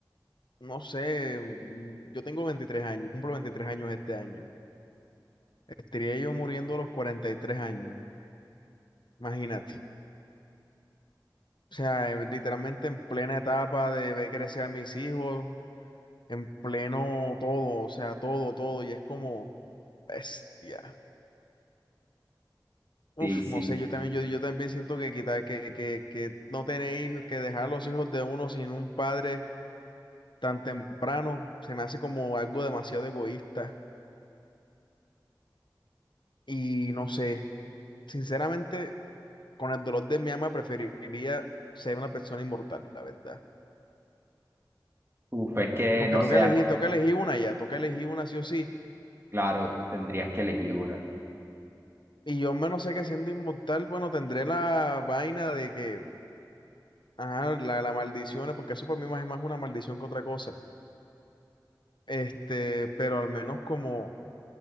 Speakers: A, on the left (about 75°); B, on the right (about 30°).
A: no sé, mm, yo tengo 23 años, cumplo 23 años este año. Estaría yo muriendo a los 43 años, imagínate. O sea, eh, literalmente en plena etapa de ver crecer a mis hijos, en pleno todo, o sea, todo, todo, y es como, bestia.
B: Sí,
A: Uf,
B: sí.
A: no sé, yo también, yo, yo también siento que quitar, que, que, que no tener hijos, que dejar los hijos de uno sin un padre tan temprano, se me hace como algo demasiado egoísta. Y no sé, sinceramente, con el dolor de mi alma preferiría ser una persona inmortal, la verdad.
B: Uf, es que
A: Porque
B: no
A: toca
B: sé,
A: elegir,
B: a-
A: toca elegir una ya, toca elegir una sí o sí.
B: claro, tendrías que elegir una.
A: Y yo al menos sé que siendo inmortal, bueno, tendré la vaina de que, ajá, la, la maldición, porque eso para mí más es más una maldición que otra cosa. Este, pero al menos como